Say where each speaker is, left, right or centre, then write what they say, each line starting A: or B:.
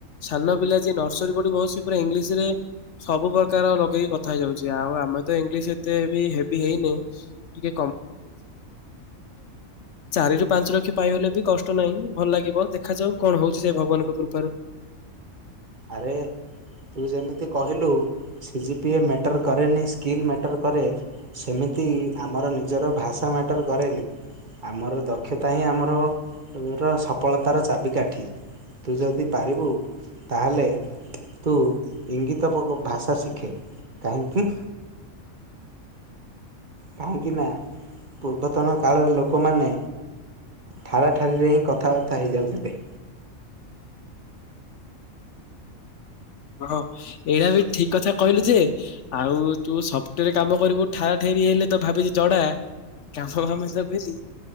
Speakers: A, on the left (about 65°); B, on the right (about 40°).
A: ସାନ ପିଲା ଯିଏ ନର୍ସରୀ ପଢିବ ସେ ପୁରା ଇଂଲିଶ ରେ ସବୁ ପ୍ରକାର ଲଗେଇକି କଥା ହେଇଯାଉଛି ଆଉ ଆମେ ତ ଇଂଲିଶ ଏତେ ବି ହେଭି ହେଇନି ଟିକେ ଚାରି ପାଞ୍ଚ ଲକ୍ଷ ପାଇଲେ ବି କଷ୍ଟ ନା ଭଲ ଲାଗିବ। ଦେଖାଯାଉ କଣ ହଉଛି ସେ ଭଗବାନଙ୍କ କୃପାରୁ
B: ଆରେ ତୁ ଯେମିତି କହିଲୁ ସିଜି ପି ଏ ମଟର କରେନି ସ୍କିଲ୍ ମେଟର କରେ ସେମିତି ମତି ଆମର ନିଜର ଭାଷା ମଟର କରେନି ଆମର ଦକ୍ଷତା ହିଁ ଆମର ର ସଫଳତାର ଚାବିକାଠି। ତୁ ଯଦି ପାରିବୁ ତାହେଲେ ତୁ ଇଙ୍ଗିତ ଭାଷା ଶିଖେ କାହିଁକି? କାହିଁକି ନା ପୂର୍ବତନ କାଳରେ ଲୋକମାନେ? ଠାରାଠାରିରେ ହିଁ କଥାବାର୍ତ୍ତା ହେଇଯାଉଥିଲେ।
A: ହଁ ଏଇଟା ବି ଠିକ କଥା କହିଲୁ ଯେ ଆଉ ତୁ ସଫ୍ଟୱାରେ କାମ କରିବୁ ଠାରା ଠେରି ହେଲେ ତ ଭାବିଛି ଜଡା। କାମ ଫାମ୍ ଦେବେନି